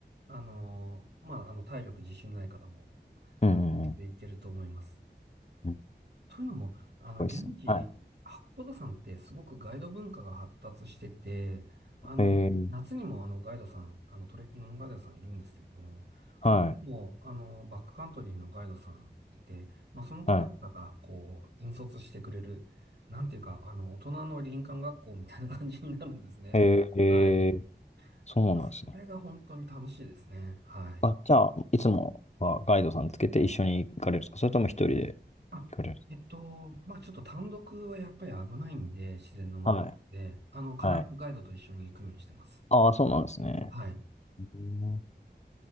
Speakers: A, on the right; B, on the left.
A: あのーまあ、あの、体力自信ない方も、
B: うんうんうん。
A: あの、全然いけると思います。
B: うんす
A: というのも、あの、
B: ごいっすね。
A: 現地、
B: はい。
A: 八甲田山ってすごくガイド文化が発達してて、あの、
B: えー、
A: 夏にもあのガイドさん、あのトレッキングのガイドさんいるんですけども、
B: はい。
A: 冬にもあのバックカントリーのガイドさんいて、まあ、その方々がこう、
B: は
A: 引率してくれる、なんていうか、あの、大人の林間学校みたいな感じになるんですね。
B: い。えー、えー
A: はい。
B: そうなんですね。
A: まあ、それが本当に楽しいですね。はい。
B: あ、じゃあ、いつもはガイドさんつけて一緒に行かれるんですかそれとも一人で
A: あ、
B: 行かれるんです
A: えっと、まあちょっと単独はやっぱり危ないんで、自然のままで、
B: かはい。
A: あの、必ずガイドと一緒に行くようにしてます。
B: はい。ああ、そうなんですね。
A: はい。
B: うん